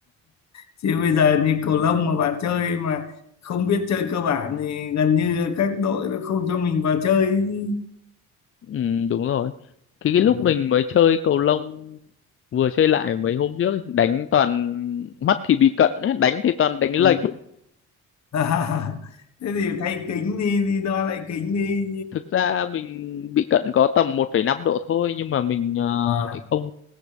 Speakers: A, on the left; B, on the left.
A: chứ bây giờ như cầu lông mà bạn chơi mà không biết chơi cơ bản thì gần như các đội nó không cho mình vào chơi ấy chứ.
B: ừ, đúng rồi cái, cái
A: ừ.
B: lúc mình mới chơi cầu lông vừa chơi lại mấy hôm trước ấy, đánh toàn mắt thì bị cận ấy, đánh thì toàn đánh lệch
A: Ừ. <laughs> thế thì thay kính đi đi đo lại kính đi
B: thực ra mình bị cận có tầm một phẩy năm độ thôi nhưng mà mình ờ,
A: à,
B: lại không